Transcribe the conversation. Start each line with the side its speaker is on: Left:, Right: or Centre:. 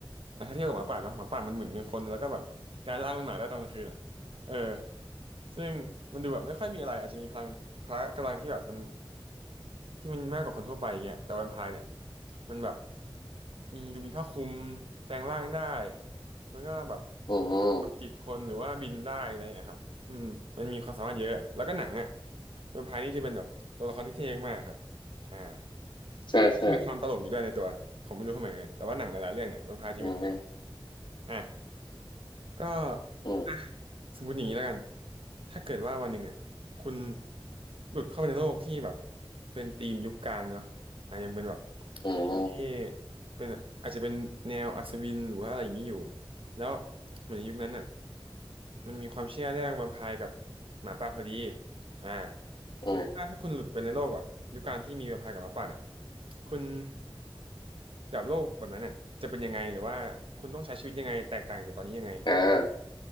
Right: อ่ะถ้าเทียบกับหมาป่านะหมาป่ามันเหมือนเป็นคนแล้วก็แบบการล่างเป็นหมาได้ตอนกลางคืนอ่ะเออ ซึ่งมันดูแบบไม่ค่อยมีอะไรอาจจะมีพลังพละกำลังที่แบบมันที่มันมากกว่าคนทั่วไปอย่างเงี้ยแต่แวมไพร์เนี่ยมันแบบมีดูมีผ้าคลุมแปลงร่างได้แล้วก็แบบ
Left: อืม
Right: ประจิตคนหรือว่าบินได้อะไรอย่างเงี้ยครับอืมมันมีความสามารถเยอะแล้วก็หนังอ่ะแวมไพร์นี่จะเป็นแบบตัวละครที่เท่มากครับอ่า
Left: ใช่ใช่
Right: แล้วก็มีความตลกอยู่ด้วยในตัวผมไม่รู้ทำไมเหมือนกันแต่ว่าหนังหลายๆเรื่องเนี่ยแวมไพร์จะมีความตลก
Left: อืม
Right: อ่ะ ก็
Left: อืม
Right: อ่ะสมมติอย่างนี้แล้วกัน ถ้าเกิดว่าวันหนึ่งเนี่ยคุณหลุดเข้าไปในโลกที่แบบเป็นธีมยุคกลางเนาะอ่ะยังเป็นแบบ
Left: อืม
Right: ธีมที่เป็นอาจจะเป็นแนวอัศวินหรือว่าอะไรอย่างนี้อยู่แล้วเหมือนยุคนั้นน่ะมันมีความเชื่อเรื่องแวมไพร์กับหมาป่าพอดีอ่าคุณคิดว่าถ้าคุณหลุดไปในโลกแบบยุคกลางที่มีแวมไพร์กับหมาป่าเนี่ย
Left: อืม
Right: คุณจากโลกแบบนั้นเนี่ยจะเป็นยังไงหรือว่าคุณต้องใช้ชีวิตยังไงแตกต่างจากตอนนี้ยังไง
Left: อ่า